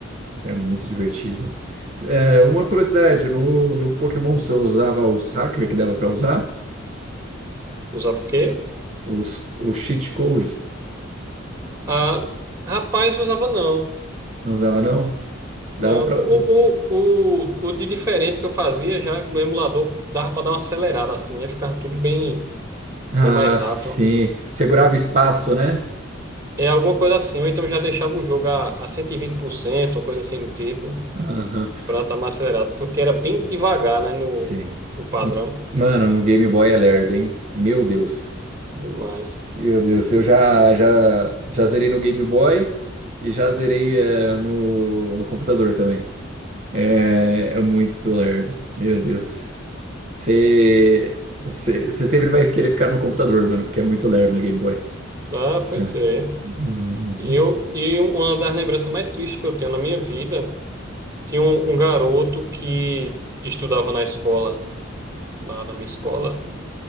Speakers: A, on the right; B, on the right.
A: É muito divertido. É, uma curiosidade, no, no Pokémon você usava os hackers que dava pra usar?
B: Usava o quê?
A: Os, o cheat code?
B: Ah, rapaz, usava não.
A: Não usava não? Dava
B: Não,
A: pra...
B: o, o, o, o de diferente que eu fazia já no emulador dava para dar uma acelerada assim, né? Ficava tudo bem,
A: Ah,
B: bem mais rápido.
A: sim. Segurava espaço, né?
B: É alguma coisa assim, ou então já deixava o jogo a, a 120%, ou coisa assim do tipo,
A: Aham.
B: para estar mais acelerado, porque era bem devagar, né? No
A: Sim.
B: o padrão
A: M- Mano, no Game Boy é lerdo, hein? Meu Deus.
B: demais.
A: Meu Deus, eu já, já, já zerei no Game Boy e já zerei eh, no, no computador também. É, é muito lerdo. Meu Deus. Você você- você sempre vai querer ficar no computador, mano, porque é muito lerdo no Game Boy.
B: Ah,
A: Cê-
B: pois é.
A: Uhum.
B: E Eu, e uma das lembranças mais tristes que eu tenho na minha vida, tinha um, um garoto que estudava na escola, lá na minha escola.